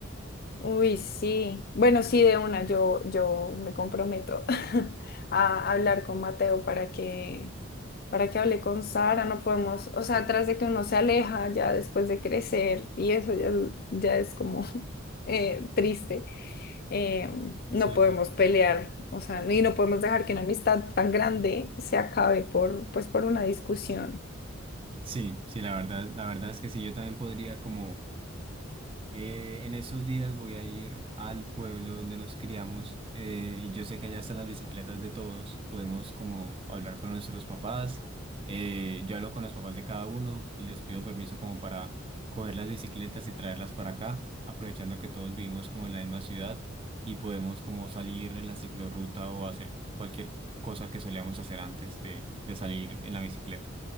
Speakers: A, on the left (about 45°); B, on the right (about 25°).
A: Uy, sí. Bueno, sí, de una, yo, yo me comprometo <laughs> a hablar con Mateo para que, para que hable con Sara. No podemos, o sea, tras de que uno se aleja ya después de crecer y eso ya, ya es como <laughs> eh, triste. eh, no
B: Sí,
A: podemos
B: la-
A: pelear, o sea, y no podemos dejar que una amistad tan grande se acabe por, pues, por una discusión.
B: sí, sí, la verdad, la verdad es que sí, yo también podría como Eh, en esos días voy a ir al pueblo donde nos criamos eh, y yo sé que allá están las bicicletas de todos. Podemos como hablar con nuestros papás. Eh, yo hablo con los papás de cada uno y les pido permiso como para coger las bicicletas y traerlas para acá, aprovechando que todos vivimos como en la misma ciudad y podemos como salir en la ciclorruta o hacer cualquier cosa que solíamos hacer antes de, de salir en la bicicleta.